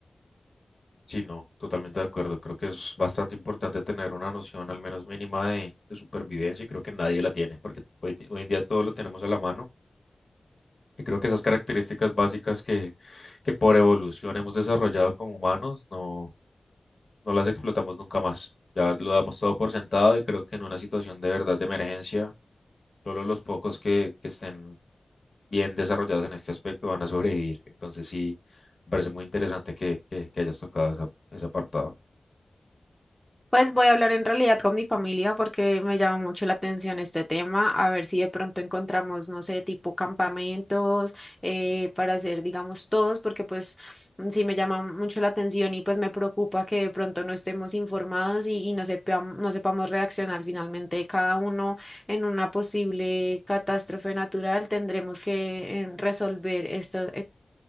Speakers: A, on the left; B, in the centre.
A: Sí, no, totalmente de acuerdo. Creo que es bastante importante tener una noción al menos mínima de, de supervivencia y creo que nadie la tiene porque hoy, hoy en día todo lo tenemos a la mano y creo que esas características básicas que, que por evolución hemos desarrollado como humanos no, no las explotamos nunca más. Ya lo damos todo por sentado y creo que en una situación de verdad de emergencia, solo los pocos que, que estén bien desarrollados en este aspecto van a sobrevivir. Entonces sí, me parece muy interesante que, que, que hayas tocado esa- ese apartado.
B: Pues voy a hablar en realidad con mi familia porque me llama mucho la atención este tema, a ver si de pronto encontramos, no sé, tipo campamentos eh, para hacer, digamos, todos, porque pues mm, sí me llama mucho la atención y pues me preocupa que de pronto no estemos informados y, y no sepam- no sepamos reaccionar finalmente cada uno en una posible catástrofe natural. Tendremos que eh, resolver estas